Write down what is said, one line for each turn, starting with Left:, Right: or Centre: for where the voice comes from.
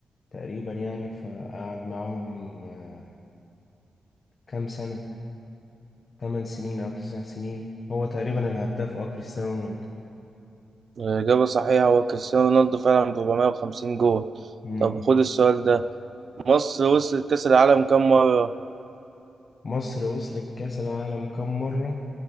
Left: تقريبا يعني فقعد معاهم آه، كام سنة تمن سنين أو تسع سنين هو تقريبا الهداف أه كريستيانو رونالدو
Right: إجابة صحيحة هو كريستيانو رونالدو فعلا ب 450 جول
Left: مم.
Right: طب خد السؤال ده مصر وصلت كأس العالم كم مرة؟
Left: مصر وصلت كأس العالم كم مرة؟